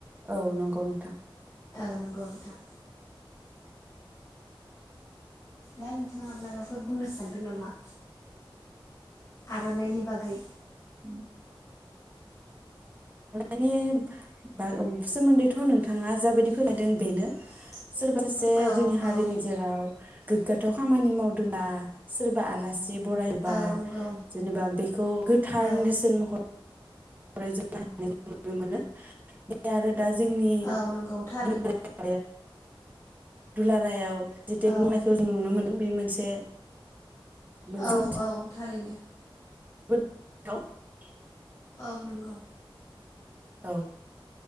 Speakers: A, on the right; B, on the left.
A: औ नंगौ नोंथां
B: औ नंगौ नोंथां दा नोंथाङा माबाफोर बुंनो सानदों नामा आर'नायनि बागै
A: उ आर'नायनि बा सोमोनदैथ' नोंथाङा
B: सोमोन्दैथ'
A: जाबायदि फोरायदों बेनो सोरबासासे
B: नोंथाङा जाबायदि
A: जोंनि
B: फोरमायदों
A: हारिनि जेराव गोगगाथाव खामानि मावदोंबा सोरबा आला सि बरायबा
B: औ नंगौ
A: जेनेबा बेखौ गोथार
B: औ
A: नेरसेन महर <unintelligible> नुनो मोनो बे आरो दा जोंनि
B: औ नंगौ थारैनो
A: <unintelligible> दुलाराय आव जेटेक
B: औ
A: ननायखौ जों नुनो मोनदों बे मोनसे जों
B: औ औ थारैनो
A: <unintelligible>
B: औ नंगौ
A: औ